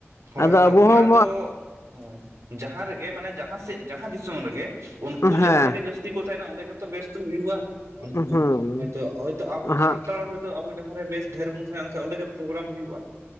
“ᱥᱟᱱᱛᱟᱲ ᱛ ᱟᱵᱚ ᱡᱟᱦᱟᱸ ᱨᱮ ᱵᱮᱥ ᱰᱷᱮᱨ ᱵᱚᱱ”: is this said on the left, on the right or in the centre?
Right